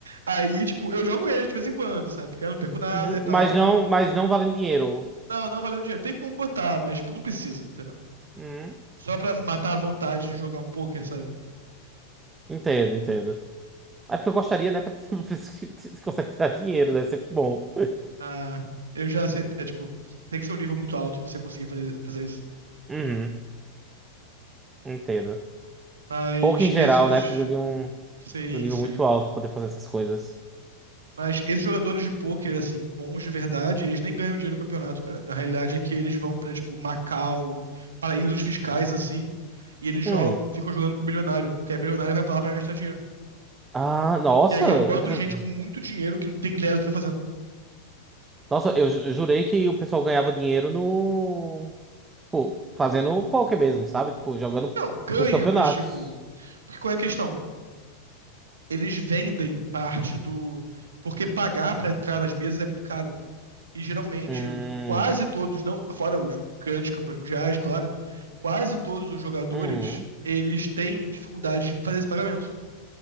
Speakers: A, on the right; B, on the right.
A: Aí, tipo, eu jogo ele de vez em quando, sabe? Porque eu não perco nada
B: Uhum,
A: e tal.
B: Mas não, mas não valendo dinheiro.
A: Não, não valendo dinheiro. Tem como botar, mas tipo, não precisa, entendeu?
B: Uhum,
A: Só pra matar a vontade de jogar um poker, sabe?
B: Entendo, entendo. É porque eu gostaria, né? Pra <laughs> ver se se consegue <laughs> tirar dinheiro, deve ser bom.
A: Ah, eu já aceito. É tipo, tem que ser um nível muito alto pra você conseguir fazer, fazer isso.
B: Uhum, Entendo.
A: Mas
B: Poker em geral,
A: esses.
B: né? Precisa de um,
A: Sim,
B: de um nível
A: sim.
B: muito alto pra poder fazer essas coisas.
A: Mas esses jogadores de pôquer, assim, bons de verdade, eles nem ganham dinheiro do campeonato, cara. A realidade é que eles vão pra, tipo, Macau, paraísos fiscais, assim, e eles jogam,
B: Hum.
A: ficam jogando com o bilionário, porque aí bilionário vai pra lá pra gastar dinheiro.
B: Ah, nossa,
A: E aí é um bando
B: eu preciso...
A: de gente com muito dinheiro que não tem ideia do que tá fazendo.
B: Nossa, eu ju- jurei que o pessoal ganhava dinheiro no... Tipo, fazendo poker mesmo, sabe? Tipo, jogando
A: Não, ganha,
B: nos campeonatos.
A: mas, tipo, Porque qual é a questão? Eles vendem parte do. Porque pagar pra entrar nas mesas é muito caro. E geralmente,
B: Hum,
A: quase todos, não, fora os grandes campeões mundiais, claro, quase todos os jogadores,
B: hum,
A: eles têm dificuldade de fazer esse pagamento.